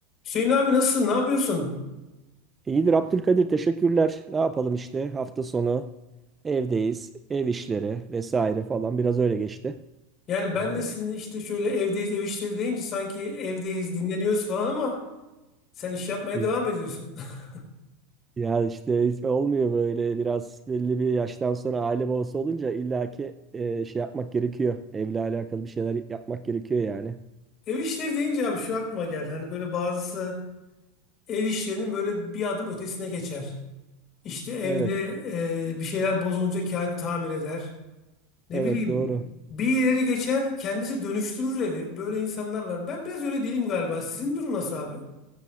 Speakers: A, on the left; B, on the right.
A: Hüseyin abi nasılsın? Ne yapıyorsun?
B: E, İyidir Abdülkadir teşekkürler. Ne yapalım işte hafta sonu evdeyiz. Ev işleri vesaire falan biraz öyle geçti.
A: Yani ben
B: Ee,
A: de sizinle işte şöyle evdeyiz, ev işleri deyince sanki evdeyiz, dinleniyoruz falan ama sen iş yapmaya
B: ya,
A: devam ediyorsun. <laughs>
B: ya işte hiç olmuyor böyle biraz belli bir yaştan sonra aile babası olunca illaki e, şey yapmak gerekiyor. Evle alakalı bir şeyler yapmak gerekiyor yani.
A: Ev işleri deyince abi şu aklıma geldi. Hani böyle bazısı ev işlerinin böyle bir adım ötesine geçer. İşte evde
B: Evet,
A: e, bir şeyler bozulunca kendi tamir eder. Ne
B: evet
A: bileyim
B: doğru.
A: bir ileri geçer kendisi dönüştürür evi. Böyle insanlar var. Ben biraz öyle değilim galiba. Sizin durum nasıl abi?